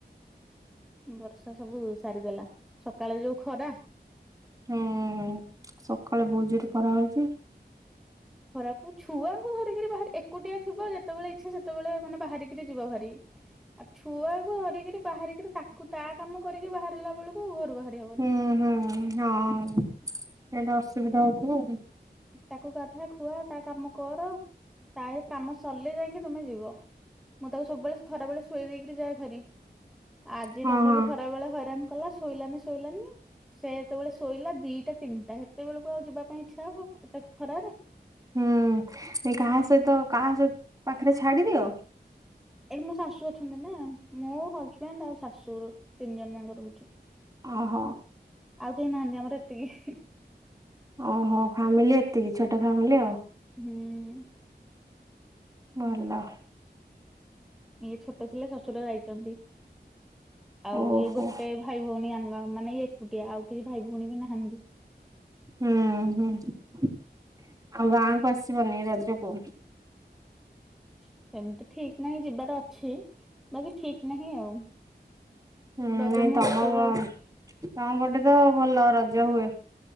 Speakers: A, in the centre; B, on the right.
A: ବର୍ଷା ସବୁ ସାରିଦେଲା ସକାଳେ ଯୋଉ ଖରା।
B: ହୁଁ ସକାଳେ ବହୁତଜୋରେ ଖରା ହଉଛି।
A: ଖରାକୁ ଛୁଆ। ମୁଁ ଧରିକରି ବାହାରି ଏକୁଟିଆ ଥିବ ଯେତେବେଳେ ଇଚ୍ଛା ସେତେବେଳେ ମାନେ ବାହାରିକିରି ଯିବ ଭାରି। ଆଉ ଛୁଆକୁ ଧରିକରି ବାହାରିକିରି ତାକୁ ତା କାମ କରିକି ବାହାରିଲା ବେଳକୁ ଘରୁ ବାହାରି ହବନି।
B: ହୁଁ ହୁଁ ହଁ। ଏଇଟା ଅସୁବିଧା ହଉଥିବା ଆଉ।
A: ତାକୁ ଗାଧ ଖୁଆ ତା କାମ କର ତା ଏ କାମ ସରିଲେ ଯାଇକି ତମେ ଯିବ। ମୁଁ ତାକୁ ସବୁବେଳେ ଖରାବେଳେ ଶୁଏଇ ଦେଇକିରି ଯାଏ ଭାରି। ଆଜି
B: ହଁ
A: ତଥାପି
B: ହଁ
A: ଖରା ବେଳେ ହଇରାଣ କଲା ଶୋଇଲାନି ଶୋଇଲାନି ସେ ଯେତେବେଳେ ଶୋଇଲା ଦିଟା ତିନିଟା ହେତେବେଳକୁ ଆଉ ଯିବା ପାଇଁ ଇଚ୍ଛା ହବ। ତାକୁ ଖରାରେ?
B: ହୁଁ ଏ କାହା ସହିତ କାହା ସହିତ ପାଖରେ ଛାଡିଦିଅ।
A: ଏଇଠି ମୋ ଶାଶୁ ଅଛନ୍ତି ନା ମୁଁ ହଜବେଣ୍ଡ ଆଉ ଶାଶୁ ତିନି ଜଣ ଯାକ ରହୁଛୁ।
B: ଅହ।
A: ଆଉ କେହି ନାହାନ୍ତି ଆମର ଏତିକି।
B: ଓହୋ ଫ୍ୟାମିଲି ଏତିକି ଛୋଟ ଫ୍ୟାମିଲି ଆଉ।
A: ହୁଁ ହୁଁ।
B: ଭଲ।
A: ଇଏ ଛୋଟ ଥିଲେ ଶଶୁର ଯାଇଛନ୍ତି ଆଉ
B: ଓହୋ।
A: ଇଏ ଗୋଟେ ଭାଇ ଭଉଣୀ ଆମ ମାନେ ଇଏ ଏକୁଟିଆ ଆଉ କେହି ଭାଇ ଭଉଣୀ ବି ନାହାନ୍ତି।
B: ହୁଁ ହୁଁ ଆଉ ଗାଁକୁ ଆସିବନି ରଜକୁ।
A: ସେମିତି ଠିକ୍ ନାହିଁ ଯିବାର ଅଛି ବାକି ଠିକ୍ ନାହିଁ ଆଉ।
B: ହୁଁ
A: ରଜ
B: ନାଇଁ
A: ମହୋତ୍ସବ
B: ତମ ତମ ପଟେ ତ ଭଲ ରଜ ହୁଏ।